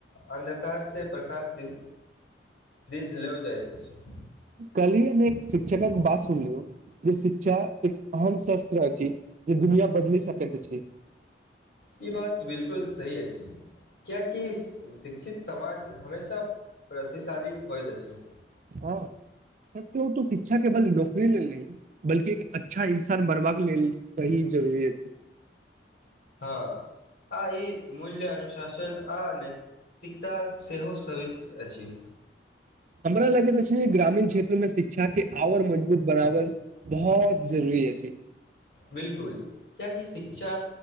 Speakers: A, on the left; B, on the right.
A: अन्धकार से प्रकाश दिश दिश लो जाइत अछि
B: कहलियए हम एक शिक्षकक केँ बात सुनलूं जे शिक् शिक्षा एक अहम शस्त्र अछि जे दुनिया बदलि सकैत अछि
A: ई बात बिल्कुल सही अछि कियाकि शिक्षित समाज हमेशा तब प्रतिशाली होइत अछि
B: हँ सच कहु तऽ शिक्षा केबल नौकरी लेल नहीं बल्कि एक अच्छा इन्सान बनबाक के लेल सही जरूरी अछि
A: हँ आ ई मूल्य अनुशासन आ नै तीकता सेहो साबित अछि
B: हमरा लगैत अछि जे ग्रामीण क्षेत्रमें शिक्षा के आओर मजबूत बनावल बहुत जरूरी अछि
A: बिल्कुल कियाकि शिक्षा